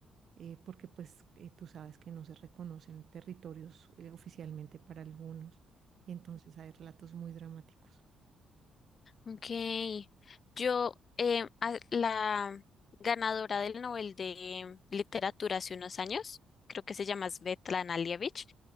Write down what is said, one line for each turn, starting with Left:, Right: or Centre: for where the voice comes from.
Right: eh, porque pues eh, tú sabes que no se reconocen territorios eh, oficialmente para algunos, y entonces hay relatos muy dramáticos.
Left: Ok. Yo, eh, a- la ganadora del Nobel de Literatura hace unos años, creo que se llama Svetlana Alievich,